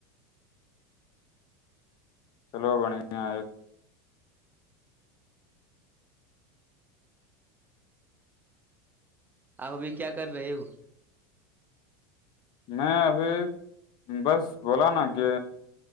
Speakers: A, on the left; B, on the right.
A: چلو بنےیا
B: آپ ابھی کیا کر رہے ہو
A: میں ابھی بس بولا نا کہ